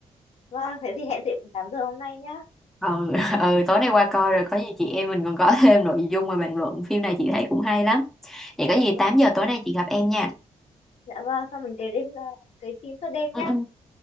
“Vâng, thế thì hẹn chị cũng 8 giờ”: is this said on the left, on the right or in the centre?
Left